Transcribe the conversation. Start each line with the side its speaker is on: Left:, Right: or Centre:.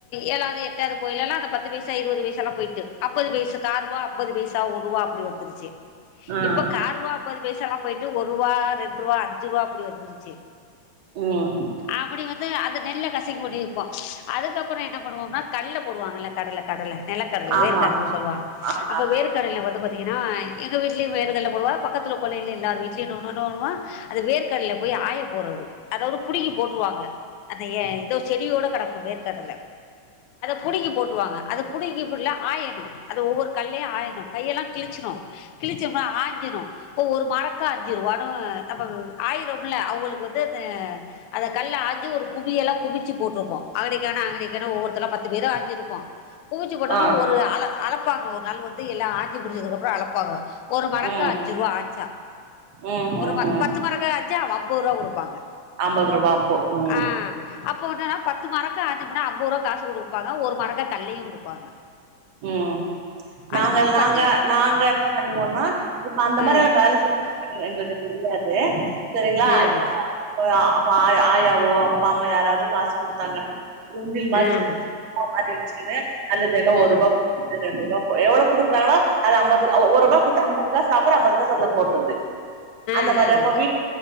Left: ஏழாது எட்டாது போயல எல்லா அந்த பத்து பைசா இருபது பைசா எல்லா போயிட்டு அம்பது பைசா காருபா அம்பது பைசா ஒரு ருபா அப்டி வந்துருச்சு
Right: ம்
Left: இப்ப கார்வா அம்பது காம் போயிட்டு ஒரு ரூபா இரண் பத்ரூபா அஞ்ரூபா அப்டி வந்துருச்சு
Right: ம்
Left: அப்டி வந்து அந்த நெல்ல கசக்கி போட்டு விப்போ அதுக்கப்றோ என்ன பண்ணுவோம்னா கல்ல போடுவாங்கல கடல கடல நெலக்கடல
Right: ஆமா
Left: வேர்கடல சொல்லுவாங்க
Right: ஆமா
Left: அப்ப வேர்கடல வந்து பாத்தீங்னா எங்க வீட்லயு வேர்கல்ல வருவா பக்கத்துல கொல்லேல எல்லார் வீட்லயு ஒன்னுனுர்வா அந்த வேர்கல்ல போய் ஆய போறது அதோடு புடிங்கி போட்ருவாங்க அந்த ஏதோ செடியோட கெடக்கு வேர்கடல புடுங்கி போட்டு வருவாங்க அது புடிக்கிபுள்ள ஆயிர அது ஒவ்வொரு கல்லயு ஆயணு கையெல்லா கிழிச்சிறு கிழிச்சம்ன ஆஞ்சிறு இப்ப ஒரு மரக்கா அஞ்சுருவானு நம்ம ஆயிரம்ல அவுங்களுக்கு வந்து் அத கல்ல ஆஞ்சு ஒரு குவியெலா குவிச்சு போட்டிருப்போ அங்கனக்கங்கன அங்கனக்கங்கன ஒவ்வொருத்தல பத்து பேரு ஆஞ்சிருப்போ பூச்சு போட்டோனா
Right: ஆ
Left: ஒரு அள அளப்பாங்க ஒர் அதனால் வந்து எல்லா ஆக்கி முடுச்சதுக்கப்புறோ அளப்பாங்கோ ஒரு மரக்கா
Right: ம்
Left: அஞ்சு ருவா த
Right: ம்
Left: ஒரு
Right: ம்
Left: ப
Right: ம்
Left: பத்து மரக்கா அஞ்சா அம்பரூவா குடுப்பாங்க
Right: ஐம்பது ரூபா அப்போ ம்
Left: ஆ அப்ப என்னன்னா பத்து மரக்க அஞ்சு மூட்ட அம்பரூவா காசு குடுப்பாங்க ஒரு மரக்க கல்லியு குடுப்பாங்க
Right: ம் நாங்க
Left: அது மாரி
Right: நாங்க
Left: பத்து
Right: நாங்க என்ன பண்ணுவோன்னா இப்ப அந்த மாரி
Left: ம்
Right: பே எங்களுக்கு தெரியாத் து செரிங்களா
Left: ம்
Right: இப்போ அப்ப ஆளா ஆயாவோ அப்பா அம்மா யாராவது காசு குடுத்தாங்கன்னா உண்டில் மாரி
Left: ம்
Right: சேத்து வெச்சுன்னு தெனோ
Left: ம்
Right: ஒரு ரெண்டு ரூபா போய் எவ்வளோ குடுக்குறாங்களோ அது அம்பது ஒருபா குடுத்தா அம்பது காஸ் சாப்புறது ஐம்பதுக்காச அதுல போடுறது அந்த
Left: ம்
Right: மாரி அப்ப வீட்